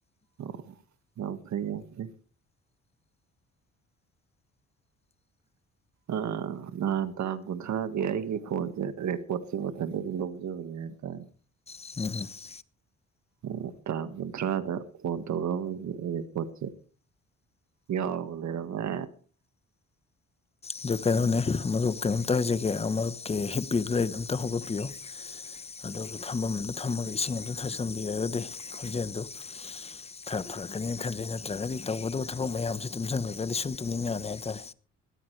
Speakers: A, on the right; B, on the left.
A: ꯑꯣ ꯌꯥꯝ ꯐꯩꯩ ꯑꯗꯨꯗꯤ ꯑꯥ ꯑꯥ ꯅꯍꯥꯟ ꯇꯥꯡ ꯀꯨꯟꯊ꯭ꯔꯥꯗꯤ ꯑꯩꯒꯤ ꯐꯣꯟꯖꯦ ꯔꯦꯀꯣꯔꯠꯁꯦ ꯃꯊꯟꯇ ꯑꯗꯨꯝ ꯂꯧꯖꯕꯅꯦ ꯍꯥꯏꯇꯥꯔꯦ
B: <unintelligible>
A: ꯑꯣ ꯇꯥꯡ ꯀꯨꯟꯊ꯭ꯔꯥꯗ ꯐꯣꯟ <unintelligible> ꯔꯦꯀꯣꯔꯠꯁꯦ ꯌꯥꯎꯔꯒ ꯂꯩꯔꯝꯃꯦ
B: ꯑꯗꯨ ꯀꯩꯅꯣꯅꯦ ꯃꯔꯨꯞ ꯀꯩꯅꯣꯝꯇ ꯍꯥꯏꯖꯒꯦ ꯃꯔꯨꯞꯀꯤ ꯍꯤꯞꯄꯤꯗꯨ ꯂꯩꯗꯨ ꯑꯝꯇ ꯍꯧꯒꯠꯄꯤꯌꯨ ꯑꯗꯨꯒ ꯊꯝꯐꯝꯝꯗ ꯊꯝꯃꯒ ꯏꯁꯤꯡ ꯑꯝꯇ ꯊꯛꯆꯟꯕꯤꯔꯗꯤ ꯈꯣꯟꯖꯦꯜꯗꯨ ꯈꯔ ꯐꯔꯛꯀꯅꯤꯅ ꯈꯟꯖꯩ ꯅꯠꯇ꯭ꯔꯒꯗꯤ ꯇꯧꯒꯗꯕ ꯊꯕꯛ ꯃꯌꯥꯝꯁꯦ ꯇꯨꯝꯁꯤꯟꯈ꯭ꯔꯒꯗꯤ ꯁꯨꯝ ꯇꯨꯝꯅꯤꯡꯉꯛꯑꯅꯤ ꯍꯥꯏꯇꯥꯔꯦ